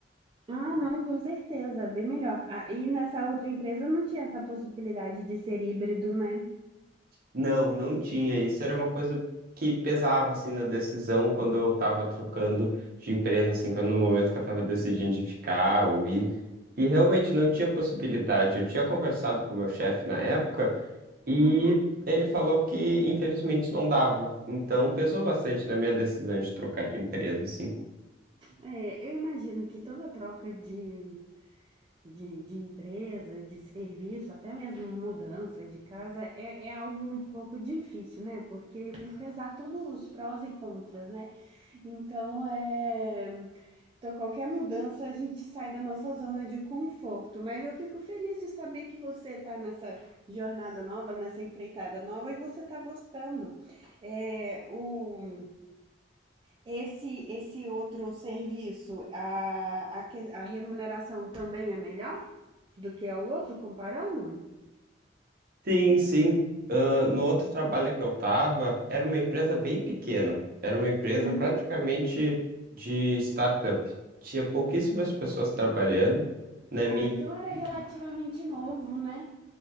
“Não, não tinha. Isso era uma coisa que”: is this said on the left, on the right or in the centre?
Right